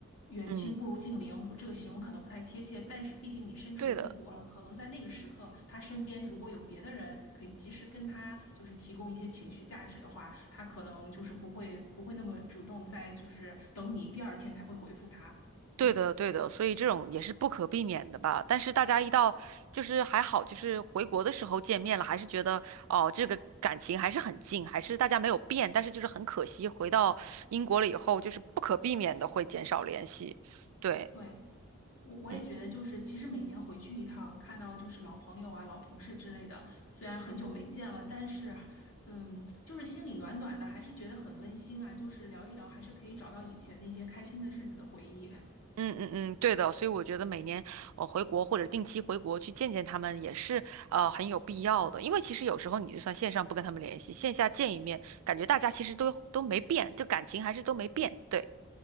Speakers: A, on the left; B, on the right.
A: 远亲不如近邻，
B: 嗯，
A: 这个形容可能不太贴切，但是毕竟你身处异国了，
B: 对的。
A: 可能在那个时刻，他身边如果有别的人可以及时跟他就是提供一些情绪价值的话，他可能就是不会不会那么主动在就是等你第二天才会回复他。
B: 对的，
A: 嗯，
B: 对的，所以这种也是不可避免的吧。但是大家一到就是还好，就是回国的时候见面了，还是觉得哦，这个感情还是很近，还是大家没有变。但是就是很可惜，回到英国了以后，就是不可避免的会减少联系。对，
A: 对。我我也觉得，
B: 嗯
A: 就是其实每年回去一趟，看到就是老朋友啊、老同事之类的，虽然很久没见了，但是，嗯，就是心里暖暖的，还是觉得很温馨啊。就是聊一聊，还是可以找到以前那些开心的日子的回忆。
B: 嗯嗯嗯，对的。所以我觉得每年我、呃回国或者定期回国去见见他们也是呃很有必要的，因为其实有时候你就算线上不跟他们联系，线下见一面，感觉大家其实都都没变，就感情还是都没变。对，